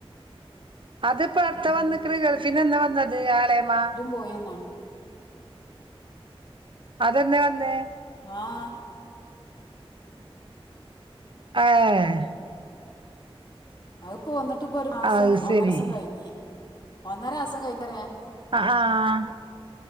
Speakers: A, on the right; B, on the left.
A: അത്പ്പ അട്ത്ത
B: ഉം
A: വന്ന്ക്ക്ണ് ഗൾഫിന്നെന്നെ വന്നത് ആളേമ്മ.
B: പോയെന്നാണ്.
A: അതെന്നേ വന്നേ?
B: ആഹ്.
A: അ ഏഹ്.
B: അഹ് പ്പോ വന്ന്ട്ട് പ്പൊരു മാസം
A: അത്
B: ഒന്നരസം
A: ശരി
B: കഴിഞി ഒന്നരാസം കഴിഞ്ഞറ്യ.
A: അ ആഹ്